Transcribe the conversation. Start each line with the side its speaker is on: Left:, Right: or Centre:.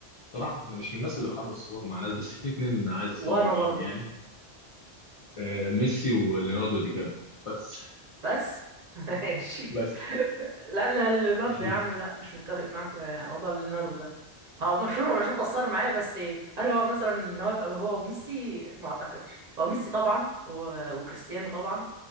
Left: بصراحه انا مش من الناس اللي بحب الصور مع ناس بس في اتنين عايز اتصور
Right: وانا
Left: معاهم
Right: برضه
Left: يعني آه، ميسي وليوناردو دي كابري بس
Right: بس <laughs> ماشي
Left: بس
Right: لا انا ليوناردو
Left: <laughs>
Right: يا عم لا مش متفق معاك في موضوع ليوناردو ده هو مشهور ولا شفت اتصور معاه بس هل هو مثلا ان هو يبقى هو وميسي ما اعتقدش هو ميسي طبعا و- وكريستيانو طبعا